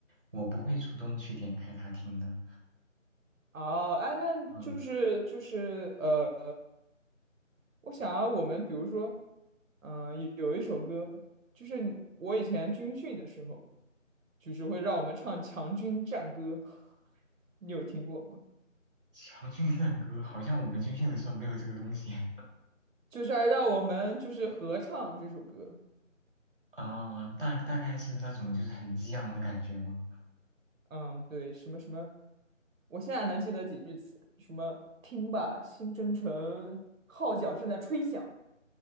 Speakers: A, on the right (about 45°); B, on the right (about 80°).
A: 我不会主动去点开它听的。
B: 哦，哎，那就是就是呃，
A: 嗯。
B: 我想啊，我们比如说，嗯、有有一首歌，就是你我以前军训的时候，就是会让我们唱《强军战歌》，<laughs> 你有听过吗？
A: 强军战歌好像我们军训的时候没有这个东西
B: 就是还让我们就是合唱这首歌。
A: 啊，大大概是那种就是很激昂的感觉吗？
B: 嗯，对，什么什么，我现在能记得几句词，什么听吧，新征程号角正在吹响，